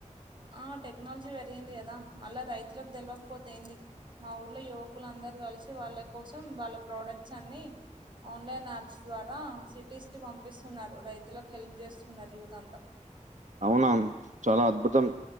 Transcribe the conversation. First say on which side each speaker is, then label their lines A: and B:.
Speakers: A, on the right; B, on the right.
A: ఆ టెక్నాలజీ పెరిగింది కదా మళ్ళా రైతులకు తెలవకపోతే ఏంది మా ఊర్లో యువకులాంత అందరూ కలిసి వాళ్ళ కోసం వాళ్ళ ప్రోడక్ట్స్ అన్ని ఆన్లైన్ యాప్స్ ద్వారా సిటీస్ కి పంపిస్తున్నారు రైతులకు హెల్ప్ చేస్తున్నారు యూత్ అంతా
B: అవునా చాలా అద్భుతం